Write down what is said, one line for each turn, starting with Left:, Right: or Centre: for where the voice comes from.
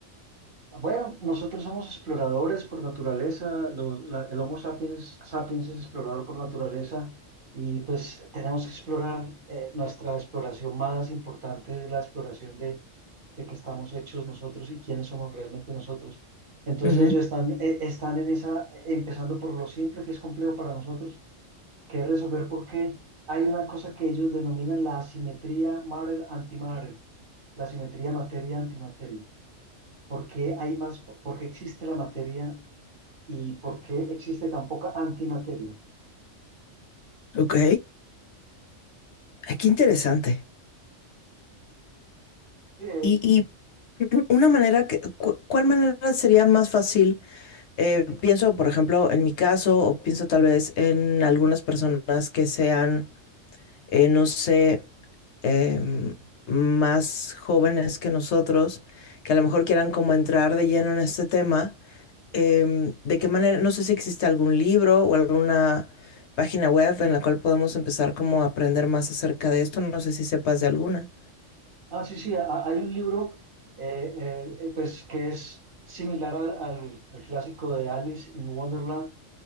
Right: Bueno, nosotros somos exploradores por naturaleza, los- la- el Homo sapiens, sapiens es explorador por naturaleza y pues tenemos que explorar, eh, nuestra exploración más importante es la exploración de, de qué estamos hechos nosotros y quiénes somos realmente nosotros. Entonces
Left: Ujú.
Right: ellos están, eh, están en esa, eh, empezando por lo simple que es complejo para nosotros, que es resolver por qué hay una cosa que ellos denominan la asimetría matter-antimatter, la asimetría materia-antimateria. ¿Por qué hay más, por qué existe la materia y por qué existe tan poca antimateria?
Left: Ok, Ah, qué interesante.
Right: Sí, es-
Left: Y,
Right: es-
Left: y <clears throat> una manera que, cu- ¿cuál manera sería más fácil? Eh, pienso, por ejemplo, en mi caso, o pienso tal vez en algunas personas que sean, eh, no sé, em, más jóvenes que nosotros, que a lo mejor quieran como entrar de lleno en este tema. Em, ¿de qué manera? No sé si existe algún libro o alguna página web en la cual podemos empezar como a aprender más acerca de esto. No sé si sepas de alguna.
Right: Ah, sí, sí, ha- hay un libro eh, eh, eh, pues, que es similar al, al- al clásico de Alice in Wonderland,